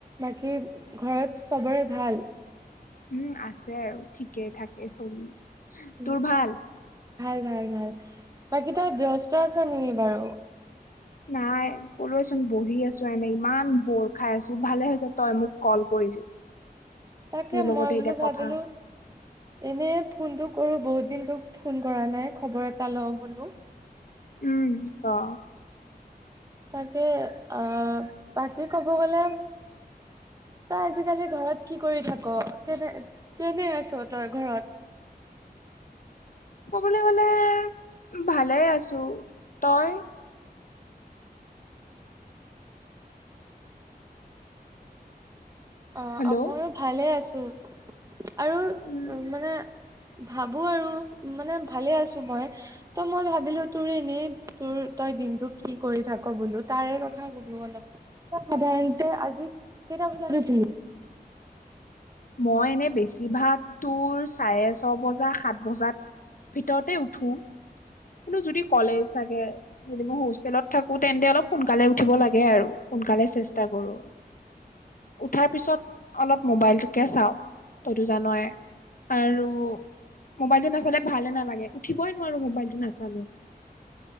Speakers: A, on the right; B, on the left.
A: বাকী ঘৰত চবৰে ভাল?
B: উম, আছে আৰু ঠিকেই থাকে চলি।
A: উ,
B: তোৰ ভাল
A: ভাল ভাল বাকী তই ব্যস্ত আছ নেকি বাৰু?
B: নাই কলোয়েচোন বহি আছো, এনে ইমান বৰ খাই আছো, ভালে হৈছে তই মোক কল কৰিলি।
A: তাকে
B: তোৰ লগতে
A: মই বোলো,
B: এতিয়া
A: ভাবিলো।
B: কথা
A: এনে ফোনটো কৰো বহুত দিন তোক ফোন কৰা নাই, খবৰ এটা লওঁ বোলো।
B: উম, অ।
A: তাকে আহ, বাকী কব গলে, তই আজিকালি ঘৰত কি কৰি থাক? কেলেই, কেলেই আছ তই ঘৰত?
B: কবলৈ গ'লে ভালে আছো। তই?
A: অ,
B: হেল্ল'
A: মইও ভালে আছো। আৰু
B: উম
A: মানে, ভাবো আৰু, মানে ভালে আছো মই। ত মই ভাবিলো তোৰ এনেই, তোৰ তই দিনটো কি কৰি থাক বোলো, তাৰে কথা সোধু অলপ। তই সাধাৰণতে আজি কেইটা বজাত উঠিলি?
B: মই এনে বেছিভাগ তোৰ, চাৰে ছ বজাত সাত বজাত, ভিতৰতে উঠো, কিন্তু যদি কলেজ থাকে, যদি মই হোষ্টেলত থাকো তেন্তে অলপ সোনকালে উঠিব লাগে আৰু, সোনকালে চেষ্টা কৰো।
A: <inaudible>
B: উঠাৰ পিছত অলপ মোবাইলটোকে চাও। তইতো জানই। আৰু মোবাইলটো নাচালে ভালে নালাগে। উঠিবই নোৱাৰো মোবাইলটো নাচালে।